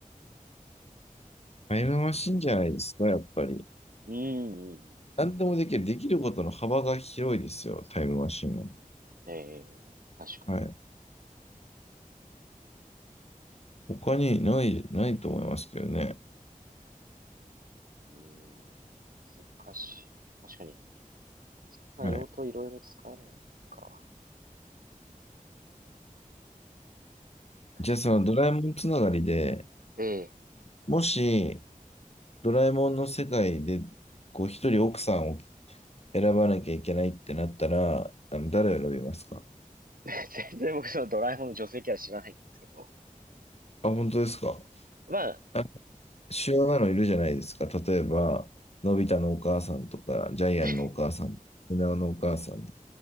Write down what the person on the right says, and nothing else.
けどうん、うん
うん。ええ確かに。
うーん、難しい。確かに。そんな用途いろいろ使えるのなんか。
確か
にええ。
<laughs> 全然僕そのドラえもんの女性キャラ知らないんですけど。
まあ、
<laughs>